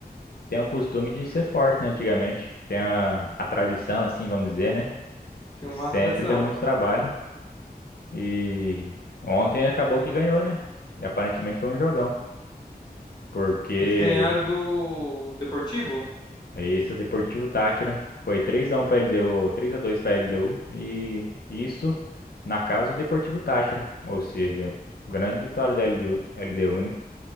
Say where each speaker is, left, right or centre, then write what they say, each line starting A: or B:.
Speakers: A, on the left; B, on the left.
A: tem o costume de ser forte, né, antigamente. Tem a, a tradição, assim, vamos dizer, né?
B: Tinha uma
A: Sempre
B: tradição.
A: deu muito trabalho. E ontem acabou que ganhou, né? E aparentemente foi um jogão. Porque
B: Eles ganharam do Deportivo?
A: esse é o Deportivo Tátira. Foi 3x1 pra LDU, 3x2 pra LDU. E isso na casa do Deportivo Táchira. Ou seja, grande vitória da LDU, né?